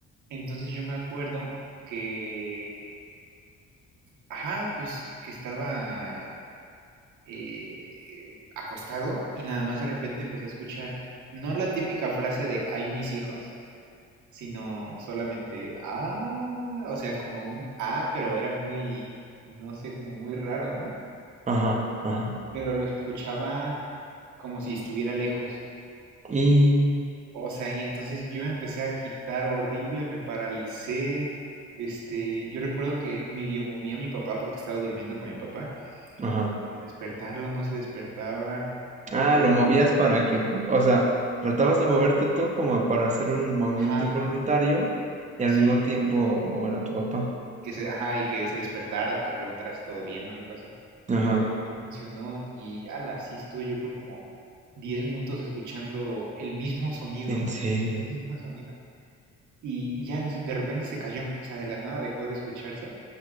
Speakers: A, on the right; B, on the right.
A: Entonces yo me acuerdo que, ajá, pues que estaba eh, acostado y nada más de repente empecé a escuchar no la típica frase de ay mis hijos, sino solamente ah, o sea, como un ah, pero era muy, no sé, como muy raro, ¿no?
B: Ajá, ajá.
A: Pero lo escuchaba como si estuviera lejos.
B: Y.
A: O sea, y entonces yo me empecé a agitar horrible, me paralicé. Este, yo recuerdo que medio movía a mi papá porque estaba durmiendo con mi papá.
B: Ajá.
A: Despertarlo no se despertaba.
B: Ah,
A: eh,
B: lo movías para que, pues, o sea, tratabas de moverte tú como para hacer un movimiento
A: ajá.
B: involuntario y al
A: Sí,
B: mismo tiempo mover a tu papá.
A: que se, ajá, y que se despertara o que preguntara si todo bien o algo así.
B: Ajá.
A: Pero no funcionó y ala, sí estuve yo creo como 10 minutos escuchando el mismo sonido,
B: En serio.
A: el mismo sonido. Y, y ya de, de repente se cayó, o sea, de la nada dejó de escucharse